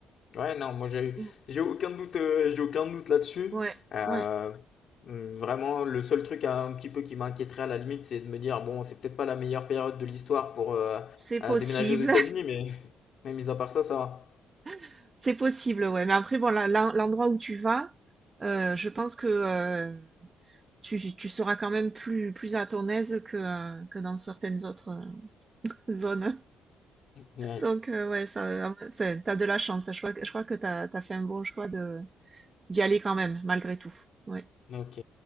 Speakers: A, on the left; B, on the right.
A: Ouais, non, moi j'ai
B: Mm.
A: j'ai aucun doute, euh, j'ai aucun doute là-dessus.
B: Ouais,
A: Euh,
B: ouais,
A: hum, vraiment, le seul truc euh, un petit peu qui m'inquiéterait à la limite, c'est de me dire, bon, c'est peut-être pas la meilleure période de l'histoire pour euh,
B: c'est possible,
A: euh, déménager aux États-Unis, mais, <laughs> mais mis à part ça, ça va.
B: <laughs> c'est possible, ouais. Mais après, bon, la- la- l'endroit où tu vas, euh, je pense que euh, tu, tu seras quand même plus, plus à ton aise que, euh, que dans certaines autres euh, <laughs> zones.
A: Ouais,
B: Donc, euh, ouais, ça, c'est- t'as de la chance. Je crois, que- je crois que t'as, t'as fait un bon choix de d'y aller quand même, malgré tout. Ouais.
A: ok,